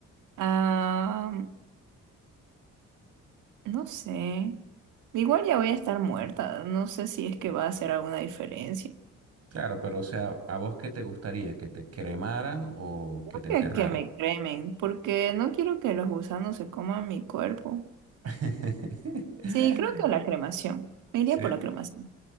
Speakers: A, on the right; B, on the right.
A: Ah, no sé. Igual ya voy a estar muerta. No sé si es que va a hacer alguna diferencia.
B: Claro, pero o sea, ¿a vos qué te gustaría? ¿Que te cremaran o
A: Creo
B: que te enterraran?
A: que, que me cremen, porque no quiero que los gusanos se coman mi cuerpo.
B: <laughs>
A: Sí, creo que la cremación. Me iría
B: ¿Sí?
A: por la cremación.